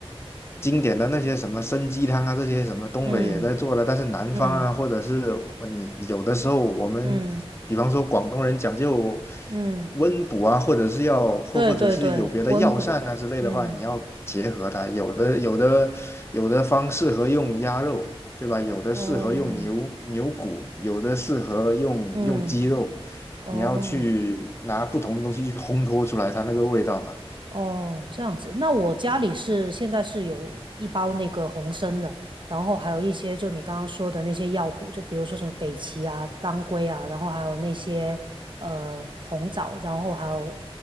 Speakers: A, on the left; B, on the right.
A: 经典的那些什么参鸡汤啊，这些什么东北也在做了，
B: 嗯
A: 但是南方啊，
B: 嗯
A: 或者是我你有的时候我们，
B: 嗯
A: 比方说广东人讲究
B: 嗯，
A: 温补啊，或者是要或或者是有别的药膳啊之类的话，
B: 对对对，温补，嗯，
A: 你要结合它，有的有的有的方适合用鸭肉，对吧？有的适合用牛牛骨，
B: 哦，
A: 有的适合用用鸡肉，
B: 嗯哦。
A: 你要去拿不同的东西去烘托出来它那个味道嘛。
B: 哦，这样子。那我家里是现在是有一包那个红参的，然后还有一些就你刚刚说的那些药补，就比如说什么北芪啊、当归啊，然后还有那些呃红枣，然后还有